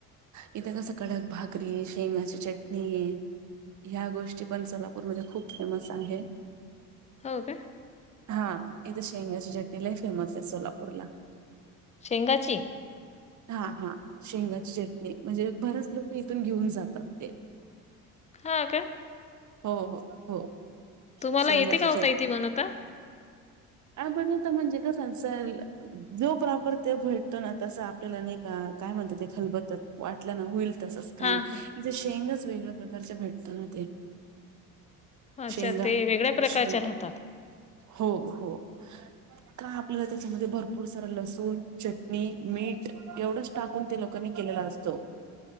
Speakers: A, on the right; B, on the left.
A: इथं कसं कडक भाकरी, शेंगाची चटणी ह्या गोष्टी पण सोलापूरमध्ये खूप फेमस आहेत.
B: हो, का?
A: हा, इथे शेंगाची चटणी लय फेमस आहे सोलापूरला.
B: शेंगाची?
A: हा, हा, शेंगाची चटणी, म्हणजे बरंच लोक इथून घेऊन जातात ते.
B: हा, का?
A: हो-हो, हो.
B: तुम्हाला
A: शेंगाची
B: येते का हो ताई ती बनवता?
A: आ बण तण जगा संसारला जो प्रॉपर ते भेटतो ना तस आपल्याला नायका काय म्हणतात ते खलबत्यात वाटल्या ना होईल. तसच कायन
B: हां हां
A: इथ शेंगच वेगळ्या प्रकारचे भटत ना ते
B: अच्छा
A: शेंगा
B: ते वेगळ्या प्रकारच्या
A: शेंगा
B: राहतात.
A: हो हो.
B: <inaudible>
A: का आपल्याला त्याच्यामध्ये भरपूर सारा लसूण चटणी मीठ एवढंच टाकून त्या लोकांनी केलेलं असत त.